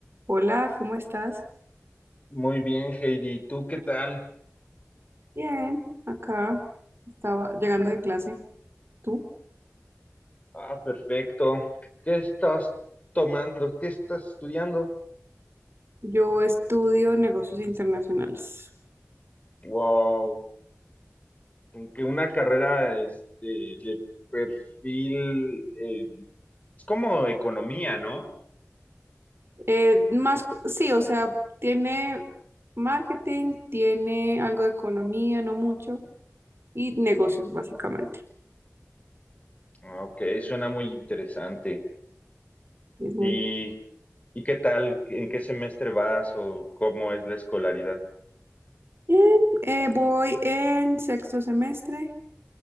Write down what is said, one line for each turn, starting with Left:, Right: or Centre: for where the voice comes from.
Right: Hola, ¿cómo estás?
Left: Muy bien, Heidi. ¿Tú qué tal?
Right: Bien, acá estaba llegando de clase. ¿Tú?
Left: Ah, perfecto. ¿Qué estás tomando? ¿Qué estás estudiando?
Right: Yo estudio negocios internacionales.
Left: Wow, aunque una carrera este, de perfil eh, es como economía, ¿no?
Right: Eh, más, co- sí, o sea, tiene marketing, tiene algo de economía, no mucho, y negocios, básicamente.
Left: Ah, ok, suena muy interesante.
Right: Es muy
Left: ¿Y, y qué tal? ¿En qué semestre vas o cómo es la escolaridad?
Right: bien. Eh, voy en sexto semestre.